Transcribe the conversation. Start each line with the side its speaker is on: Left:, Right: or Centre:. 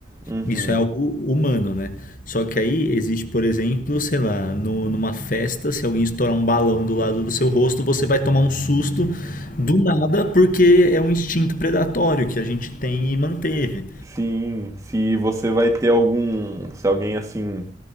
Right: Uhum.
Left: Isso é algo humano, né? Só que aí existe, por exemplo, sei lá, no- numa festa, se alguém estourar um balão do lado do seu rosto, você vai tomar um susto do nada, porque é um instinto predatório que a gente tem e manteve.
Right: Sim, se você vai ter algum. Se alguém assim